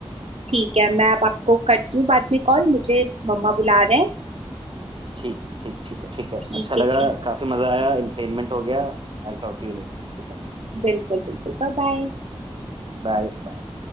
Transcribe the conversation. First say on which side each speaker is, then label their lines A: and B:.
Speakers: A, on the right (about 85°); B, on the right (about 55°).
A: ठीक है मैं अब आपको करती हूँ बाद में कॉल मुझे मम्मा बुला रहे हैं
B: ठीक ठीक ठीक है ठीक है
A: ठीक
B: अच्छा
A: है
B: लगा
A: ठीक
B: काफी मजा आया एंटरटेनमेंट हो गया I will talk to you later ठीक है
A: बिल्कुल बिल्कुल बाय बाय
B: Bye bye